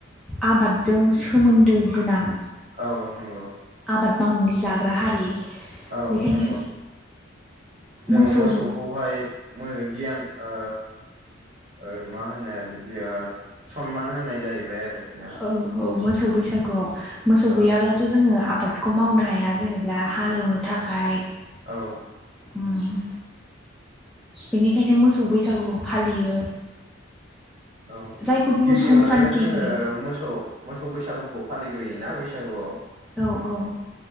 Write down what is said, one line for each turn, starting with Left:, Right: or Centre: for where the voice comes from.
Centre: आबाद जों सोमोन्दो गोनां
Right: औ नंगौ
Centre: आबाद मावनानै जाग्रा हारि।
Right: औ
Centre: बेखायनो
Right: नंगौ। जोङो
Centre: मोसौ
Right: मोसौखौहाय मो गियान ओ ओ मा होनो बिदि ओ सनमान होनाय जाहैबाय आरोखि ना।
Centre: औ औ मोसौ बैसागुआव मोसौ
Right: औ
Centre: गैयाब्लाथ जोङो आबाद खौ मावनो हाया जेनेबा हाल एवनो थाखाय
Right: औ।
Centre: होम बेनिखायनो मोसौ बैसागुखौ फालियो।
Right: औ
Centre: जायखौ बुङो
Right: गिबियावनो
Centre: संक्रान्तिबो
Right: जोङो मोसौ मोसौ बैसागुखौ फालि ग्रोयोना बैसागुआव।
Centre: औ औ